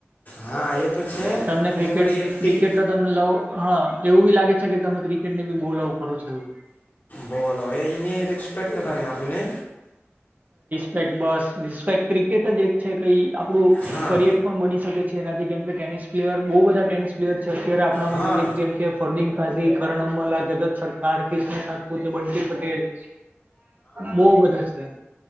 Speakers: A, on the left (about 40°); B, on the right (about 35°).
A: હા એ તો છે
B: તમને ક્રિકેટ
A: એ બધી ટી
B: ક્રિકેટ તો તમને લવ હા, એવુ ભી લાગે છે, કે તમે ક્રિકેટ એમને ભી, બવ લવ કરો છો.
A: બોલો, એનેપેક કરને આપુને
B: બસ રિસ્પેક ક્રિકેટ જ એક છે, કઈ આપણું
A: હા
B: કરિયર પણ બની શકે છે. એનાથી કેમ કે ટેનિસ પ્લેયર બહુ બધા ટેનિસ પ્લેયર છે અત્યારે આપણામાંથી,
A: હા
B: જે એક જેમ કે ફરદીિન કાઝી કરણ અંબાલા જગત સરકાર કષ્ સાતપુતે બકી પટેલ બહ, બધા છે